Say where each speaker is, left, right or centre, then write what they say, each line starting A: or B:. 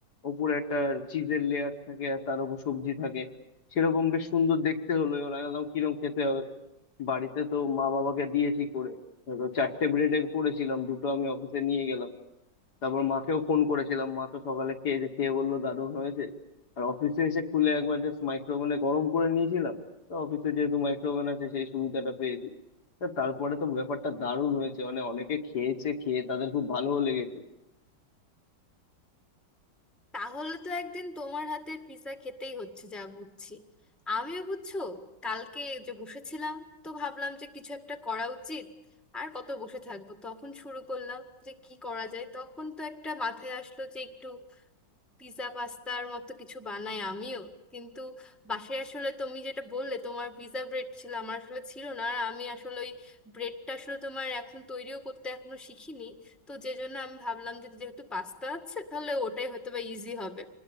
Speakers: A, on the left (about 60°); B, in the centre.
A: ওপরে একটা চিজের লেয়ার থাকে আর তার উপর সবজি থাকে সেরকম বেশ সুন্দর দেখতে হলো এবার আমি ভাবলাম কিরকম খেতে হবে বাড়িতে তো মা বাবাকে দিয়েছি করে তো চারটে ব্রেডের করেছিলাম দুটো আমি অফিসে নিয়ে গেলাম তারপর মাকেও ফোন করেছিলাম মা তো সকালে খেয়ে যে খেয়ে বললো গাদন হয়েছে আর অফিসে এসে খুলে একবার জাস্ট মাইক্রোওভেনে গরম করে নিয়েছিলাম তো অফিসে যেহেতু মাইক্রোওভেন আছে সেই সুবিধাটা পেয়েছি তা তারপরে তো ব্যাপারটা দারুণ হয়েছে মানে অনেকে খেয়েছে খেয়ে তাদের খুব ভালোও লেগেছে
B: তাহলে তো একদিন তোমার হাতের পিৎজা খেতেই হচ্ছে যা বুঝছি আমিও বুঝছো কালকে যে বসেছিলাম তো ভাবলাম যে কিছু একটা করা উচিত আর কত বসে থাকবো তখন শুরু করলাম যে কি করা যায় তখন তো একটা মাথায় আসলো যে একটু পিৎজা পাস্তার মতো কিছু বানাই আমিও কিন্তু বাসায় আসলে তুমি যেটা বললে তোমার পিৎজা ব্রেড ছিল আমার আসলে ছিল না আর আমি আসলে ওই ব্রেডটা আসলে তোমার এখন তৈরিও করতে এখনো শিখিনি তো যে জন্য আমি ভাবলাম যে যেহেতু পাস্তা আছে তাহলে ওটাই হয়তো বা ইজি হবে